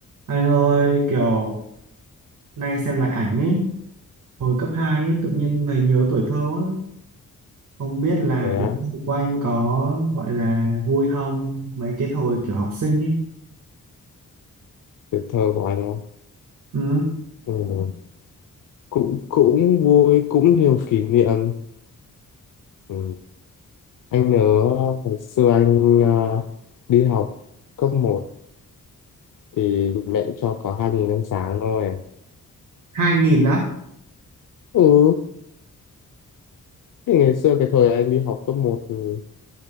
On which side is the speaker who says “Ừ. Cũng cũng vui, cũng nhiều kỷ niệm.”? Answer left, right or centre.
Left